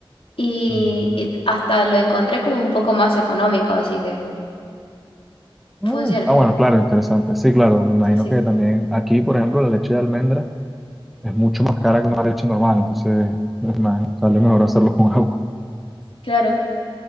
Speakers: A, on the left; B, in the centre.
A: Y,
B: Mm.
A: y hasta lo encontré como un poco más económico, así que
B: Ah,
A: funciona.
B: ah, bueno, claro, interesante. Sí, claro, me imagino
A: Sí, sí,
B: que también aquí, por ejemplo, la leche de almendra es mucho más cara que una leche normal, entonces <laughs> es más, sale mejor hacerlo con agua.
A: claro.